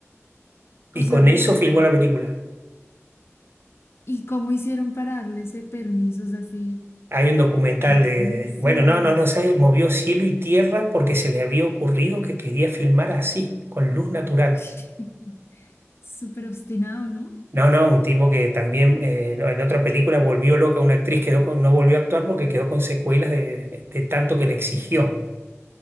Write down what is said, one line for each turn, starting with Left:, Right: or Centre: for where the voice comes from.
Left: O
Right: y
Left: sea,
Right: con
Left: pero,
Right: eso filmó la película.
Left: uf, ¿y cómo hicieron para darle ese permiso? O sea, así,
Right: Hay un documental
Left: qué
Right: de,
Left: cosas.
Right: bueno, no, no, no sé, movió cielo y tierra porque se le había ocurrido que quería filmar así, con luz natural.
Left: <laughs> Súper obstinado, ¿no?
Right: No, no, un tipo que también eh, no, en otra película volvió loca a una actriz, quedó con- no volvió a actuar porque quedó con secuelas de, de tanto que le exigió.